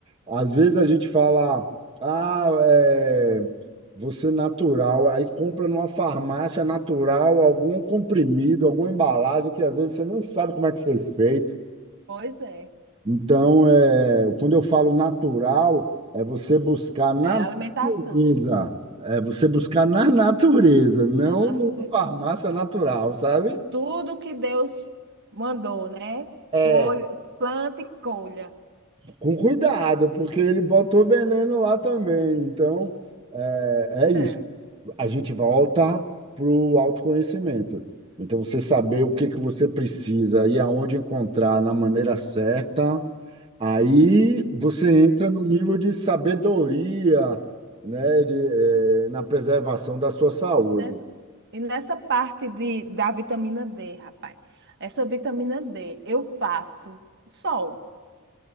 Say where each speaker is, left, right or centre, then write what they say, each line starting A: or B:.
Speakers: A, on the right (about 25°); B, on the right (about 55°).
A: Às vezes a gente fala, ah, é, você natural, aí compra numa farmácia natural algum comprimido, alguma embalagem que às vezes você nem sabe como é que foi feito.
B: Pois é,
A: Então, é, quando eu falo natural, é você buscar na
B: é alimentação.
A: natureza, é você buscar na natureza, não
B: na natureza.
A: numa farmácia natural, sabe?
B: Tudo que Deus mandou, né?
A: É,
B: Colha, planta e colha.
A: com cuidado, porque ele botou veneno lá também. Então, é, é isso.
B: É,
A: A gente volta para o autoconhecimento. Então, você saber o que que você precisa e aonde encontrar na maneira certa, aí você
B: é
A: entra
B: melhor.
A: no nível de sabedoria, né, de, é, na preservação da sua saúde.
B: E nessa, e nessa parte de, da vitamina D, rapaz, essa vitamina D eu faço sol.